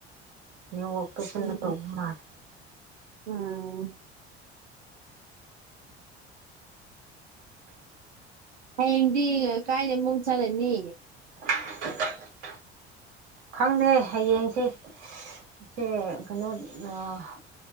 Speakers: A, on the right; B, on the right.
A: ꯅꯦꯝꯋꯥꯛꯇꯣ ꯀꯟꯅ
B: ꯎꯝ
A: ꯇꯧꯕ ꯃꯥꯜꯂꯦ
B: ꯎꯝ ꯍꯌꯦꯡꯗꯤ ꯀꯥꯏꯗ ꯑꯃꯨꯛ ꯆꯠꯂꯅꯤ
A: <unintelligible> ꯈꯪꯗꯦ ꯍꯌꯦꯡꯁꯦ ꯁꯦ ꯀꯩꯅꯣ ꯑꯥ